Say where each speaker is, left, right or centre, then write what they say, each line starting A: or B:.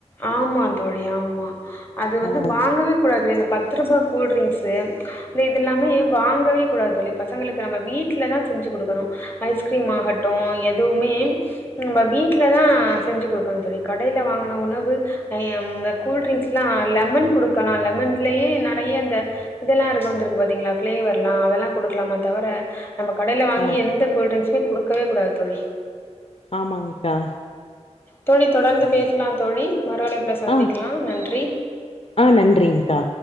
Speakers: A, on the left (about 20°); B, on the left (about 55°).
A: ஆமா தோழி ஆமா அது வந்து
B: ஆ
A: வாங்கவே கூடாது இந்த பத்து ரூபா கூல்ட்ரிங்க்ஸ்சு இந்த இதல்லாமே வாங்கவே கூடாது தோழி பசங்களுக்கு நம்ம வீட்ல தான் செஞ்சு குடுக்கணும் ஐஸ்கிரீம் ஆகட்டும் எதுவுமே நம்ம வீட்ல தான் செஞ்சு குடுக்கணும் தோழி கடைல வாங்கணும் உணவு ஆ ம் இந்த கூல்ட்ரிங்க்ஸ் எல்லாம் லெமன் குடுக்கலாம் லெமன்லயே நிறைய அந்த இதெல்லாம் இருக்கு வந்திருக்கு பாத்தீங்களா பிளேவர்ல்லாம் அதெல்லாம் குடுக்கலாமா தவிர நம்ம கடைல வாங்கி
B: ஆ
A: எந்த கூல்ட்ரிங்க்ஸுமே குடுக்கவே கூடாது தோழி
B: ஆமாங்க்கா
A: தோழி தொடர்ந்து பேசலாம் தோழி மறு அழைப்புல சந்திக்கலாம்
B: ஆ
A: நன்றி.
B: ஆ நன்றி்ங்க்கா.